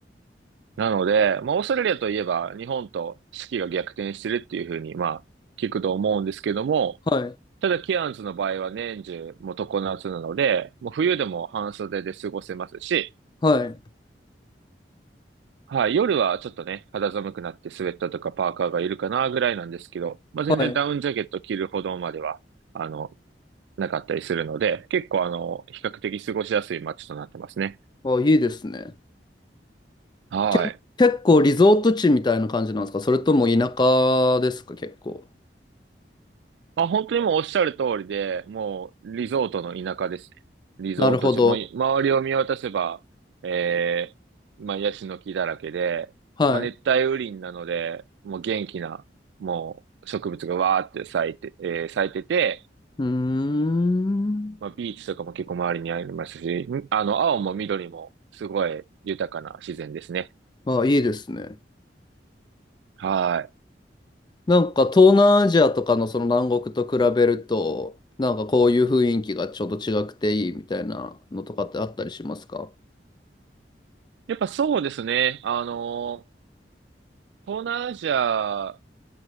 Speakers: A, on the right (about 80°); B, on the left (about 25°).
A: なので、まあ、オーストラリアといえば、日本と四季が逆転してるっていうふうに、まあ、聞くと思うんですけども、
B: はい、
A: ただ、ケアンズの場合は年中、もう常夏なので、もう冬でも半袖で過ごせますし、
B: はい、
A: はい、夜はちょっとね、肌寒くなってスウェットとかパーカーがいるかなぐらいなんですけど、まあ、全然ダウンジャケット着るほどまでは、
B: はい。
A: あの、なかったりするので、結構あの、比較的過ごしやすい街となってますね。
B: あ、いいですね。
A: はい。
B: け、結構リゾート地みたいな感じなんですかそれとも田舎ですか結構。
A: まあ、本当にもうおっしゃる通りで、もうリゾートの田舎ですね。リゾート地、
B: なるほど。
A: もう周りを見渡せば、えー、まあ、ヤシの木だらけで、
B: はい。
A: まあ、熱帯雨林なので、もう元気な、もう植物がわーって咲いて、えー咲いてて、
B: うーん。
A: まあ、ビーチとかも結構周りにありますし、んあの、青も緑もすごい豊かな自然ですね。
B: あ、いいですね。
A: はい。
B: なんか東南アジアとかのその南国と比べると、なんかこういう雰囲気がちょっと違くていいみたいなのとかってあったりしますか
A: やっぱそうですね。あの、東南アジア